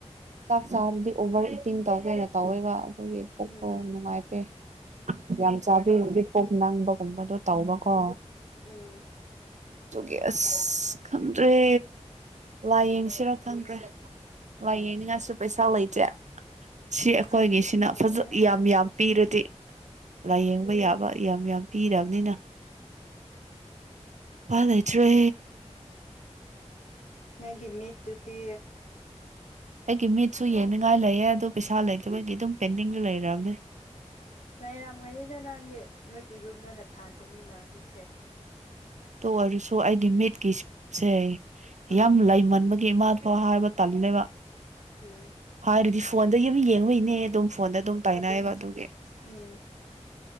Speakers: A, on the right; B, on the left.
A: ꯆꯥꯛ ꯆꯥꯕꯗꯤ ꯑꯣꯚꯔ ꯏꯇꯤꯡ ꯇꯧ ꯀꯩꯅꯣ ꯇꯧꯋꯦꯕ ꯑꯗꯨꯒꯤ ꯀꯣꯛꯇꯣ
B: ꯎꯝ
A: ꯅꯨꯡꯉꯥꯏꯇꯦ ꯌꯥꯝ ꯆꯥꯕꯤꯗꯤ ꯄꯣꯞ ꯅꯪꯕꯒꯨꯝꯕꯗꯣ ꯇꯧꯕꯀꯣ
B: ꯎꯝ
A: ꯇꯒꯤ ꯑꯁ ꯈꯝ ꯔꯦ ꯂꯥꯏꯌꯦꯡꯁꯤꯔ ꯈꯪꯗ꯭ꯔꯦ ꯂꯥꯏꯌꯦꯡꯅꯤꯡꯉꯥꯏꯁꯨ ꯄꯩꯁꯥ ꯂꯩꯇꯦ ꯁꯤ ꯑꯩꯈꯣꯏꯒꯤꯁꯤꯅ
B: ꯑꯗꯨꯅꯦ
A: ꯐꯖ
B: ꯑꯩꯈꯣꯏꯁꯦ
A: ꯌꯥꯝ ꯌꯥꯝ ꯄꯤꯔꯗꯤ ꯂꯥꯏꯌꯦꯡꯕ ꯌꯥꯕ ꯌꯥꯝ ꯌꯥꯝ ꯄꯤꯔꯕꯅꯤꯅ ꯄꯗꯩꯆ꯭ꯔꯦ
B: ꯅꯪꯒꯤ ꯃꯤꯠꯇꯨꯗꯤ
A: ꯑꯩꯒꯤ ꯃꯤꯠꯁꯨ ꯌꯦꯡꯅꯤꯡꯉꯥꯏ ꯂꯩꯌꯦ ꯑꯗꯨ ꯄꯩꯁꯥ ꯂꯩꯇꯕꯒꯤ ꯑꯗꯨꯝ ꯄꯦꯟꯗꯤꯡꯗ ꯂꯩꯔꯕꯅꯦ
B: ꯂꯩꯔꯝꯒꯅꯤꯗ ꯅꯪꯗꯤ ꯅꯣꯏꯒꯤ ꯌꯨꯝꯗꯅ ꯊꯥꯟꯗꯅꯤꯅ ꯍꯧꯖꯤꯛꯁꯦ
A: ꯇꯣ ꯑꯣꯏꯔꯁꯨ ꯑꯩꯗꯤ ꯃꯤꯠꯀꯤꯁꯦ
B: ꯎꯝ
A: ꯌꯥꯝ ꯂꯩꯃꯟꯕꯒꯤ ꯏꯃꯥꯗ ꯍꯣꯏ ꯍꯥꯏꯕ ꯇꯥꯜꯂꯤꯅꯦꯕ
B: ꯎꯝ
A: ꯍꯥꯏꯔꯗꯤ ꯐꯣꯟꯗꯒꯤ ꯑꯃ ꯌꯦꯡꯕꯩ ꯅꯦ ꯑꯗꯨꯝ ꯐꯣꯟꯗ ꯑꯗꯨꯝ ꯇꯥꯏꯅꯩꯌꯦꯕ
B: ꯑꯗꯨ
A: ꯑꯗꯨꯒꯤ
B: ꯎꯝ